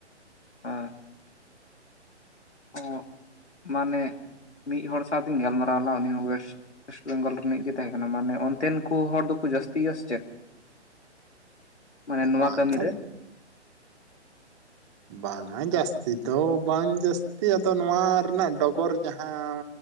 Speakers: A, on the left; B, on the right.
A: ᱟ ᱚ ᱢᱟᱱᱮ ᱢᱤᱫ ᱦᱚᱲ ᱥᱟᱶᱛᱮᱧ ᱜᱟᱞᱢᱟᱨᱟᱣ ᱞᱮᱱᱟ ᱩᱱᱤ ᱦᱚᱸ ᱳᱭᱮᱥᱴ ᱭᱮᱥᱴ ᱵᱮᱝᱜᱚᱞ ᱨᱤᱱᱤᱡ ᱜᱮ ᱛᱟᱦᱮᱸ ᱠᱟᱱᱟ ᱢᱟᱱᱮ ᱚᱱᱛᱮᱱ ᱠᱚ ᱦᱚᱲ ᱫᱚᱠᱚ ᱡᱟᱹᱥᱛᱤᱭᱟ ᱥᱮ ᱪᱮᱫ, ᱢᱟᱱᱮ ᱱᱚᱣᱟ
B: ᱵᱟᱝ
A: <inaudible>
B: ᱵᱟᱝ-ᱟ ᱡᱟᱹᱥᱛᱤ ᱫᱚ ᱵᱟᱝ ᱡᱟᱹᱥᱛᱤ ᱟᱫᱚ ᱱᱚᱣᱟ ᱨᱮᱱᱟᱜ ᱰᱚᱜᱚᱨ ᱡᱟᱦᱟᱸ